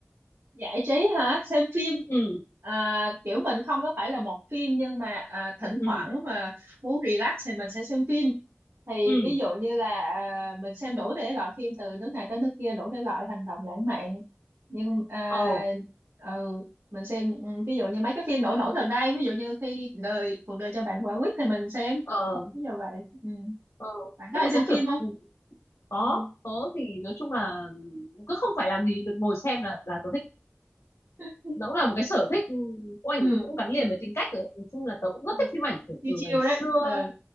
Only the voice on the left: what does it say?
ừ
ừ
ừ
ờ
ờ
ờ
thế
là
có
kiểu
ừ, có
có thì nói chung là cứ không phải làm gì được ngồi xem là là tớ thích
nó cũng là một cái sở thích ừ, của ảnh
cũng gắn liền với tính cách rồi nói chung là tớ cũng rất
thích phim ảnh từ,
từ
ngày xưa